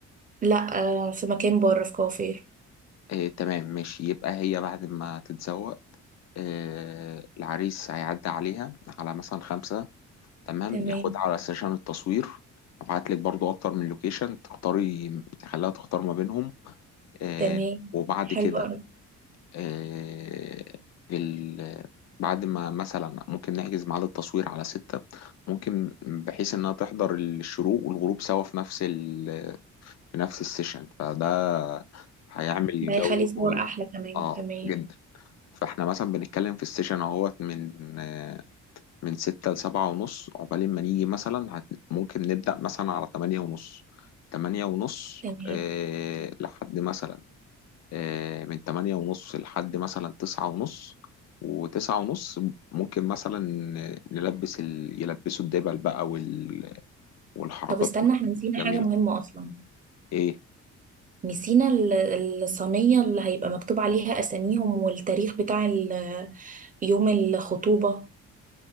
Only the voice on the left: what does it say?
آه تمام ماشي يبقى هي بعد ما تتزوق آه العريس هيعدي عليها على مثلا خمسة تمام
ياخدها على سيشن التصوير ابعت لك برضو اكتر من لوكيشن تختاري تخليها تختار ما بينهم آه
وبعد
كده
آه، في ال... بعد ما مثلا ممكن نحجز ميعاد التصوير على ستة ممكن بحيث انها تحضر الشروق والغروب سوا في نفس ال... في نفس السيشن فده هيعمل
جو
اه
جدا فاحنا مثلا بنتكلم في السيشن اهوت من آه، من ستة لسبعة ونص عقبال ما نيجي مثلا هت... ممكن نبدأ مثلا على تمانية ونص تمانية ونص
آه، لحد مثلا آه، من تمانية ونص لحد مثلا تسعة ونص وتسعة ونص ممكن مثلا نلبس ال... يلبسوا الدبل بقى وال... والحركات
والجميلة
ايه